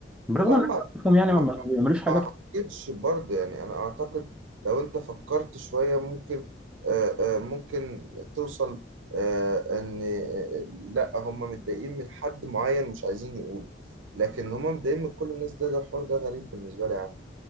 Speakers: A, in the centre; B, on the right.
A: برغم
B: لا
A: ان
B: ما
A: انا أعرفهم يعني
B: ما
A: ما بيعملوش حاجة
B: ما اعتقدش برضه يعني انا اعتقد لو انت فكرت شوية ممكن آه، آه، ممكن توصل آه، ان آه، لا هم متضايقين من حد معين مش عايزين يقولوا لكن هم متضايقين من كل الناس ده ده الحوار ده غريب بالنسبة لي يا عم